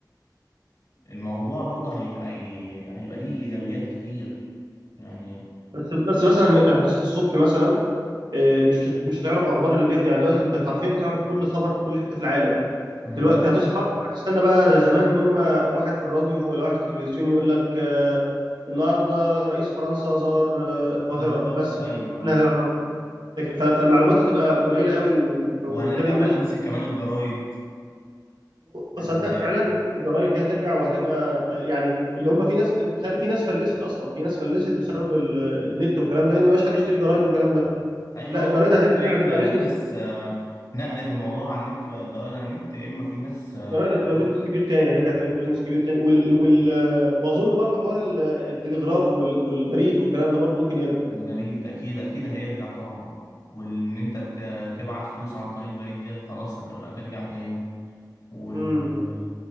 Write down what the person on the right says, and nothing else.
بس بس مثلا هتصحى الصبح مثلا آه، مش هت- مش هتعرف اخبار اللي بيحصل يعني دلوقتي انت حرفيا بتعرف كل خبر في كل حته في العالم
دلوقتي هتصحى هتستنى بقى زي زمان ان هم واحد في الراديو ولا واحد في التلفزيون يقول لك آه، النهارده رئيس فرنسا زار آه، القاهره
بس
كده اللي هتعرفه لكن- ف- فالمعلومات هتبقى قليله قوي و- و-
وبالتالي الناس
تصدق
فعلا فكره الجرايد دي هترجع وهتبقى آه، يعني اللي هم في ناس تخيل في ناس فلست اصلا في ناس فلست بسبب ال- النت والكلام ده لان ما بقاش حد يشتري جرايد والكلام ده
لا الجرايد
هترجع
هتبقى بيزنس
جرايد هتبقى
بيزنس كبير تاني هترجع تبقى بيزنس كبير تاني وال... وال... واظن برضو حوار ال- التلغراف وال... والبريد والكلام ده برضو ممكن يرجع
امم